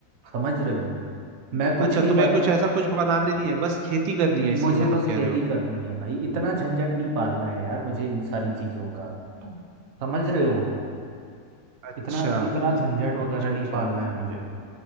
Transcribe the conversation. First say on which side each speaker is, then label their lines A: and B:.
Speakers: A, on the right; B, on the right.
A: समझ रहे हो मैं कुछ
B: अच्छा
A: नहीं
B: तुम्हें
A: बन
B: कुछ ऐसा कुछ बनाने नहीं है बस खेती करनी है इसकी
A: मुझे
B: मतलब
A: बस
B: कह
A: खेती
B: रहे हो
A: करनी है भाई इतना झंझट नहीं पालना है यार मुझे इन सारी चीज़ों का समझ रहे हो
B: अच्छा
A: इतना इतना झंझट वगैरह
B: अच्छा
A: नहीं
B: अच्छा
A: पालना है मुझे